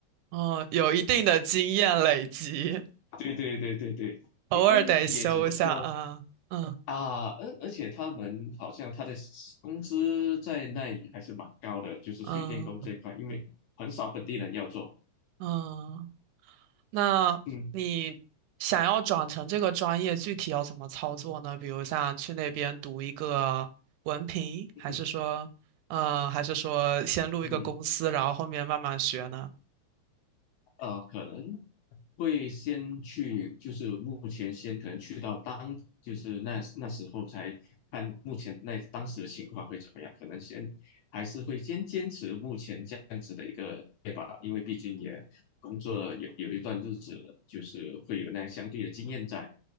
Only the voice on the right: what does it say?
哦，有一定的经验累积，
偶尔得修一下啊。
嗯
嗯
嗯，那你想要转成这个专业，
具体要怎么操作呢？比如像去那边读一个文凭，
还是说，呃，还是说先入一个公司，
然后后面慢慢学呢？